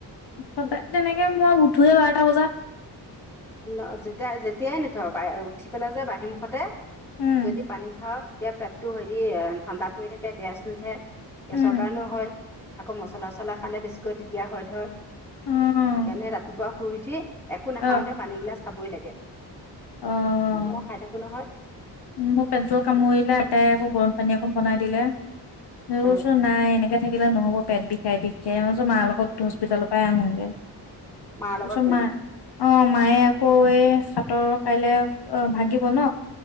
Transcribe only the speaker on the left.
সদায় তেনেকে মই উঠোৱেই বাৰটা বজাত
উম,
উম,
অ',
অ',
অ',
মোৰ পেটবোৰ কামুৰিলে আইতাই আকৌ গৰম পানী অকণ বনাই দিলে। কছোন
নাই এনেকাে থাকিলে নহ'ব পেট বিষাই বিষাই মো মাৰ লগত হস্পিিতালৰ পৰাই আহোগে। তাৰপিছত
মাই অ মায়ে আকৌ এই সাতৰ কাইলে অ ভাগিব ন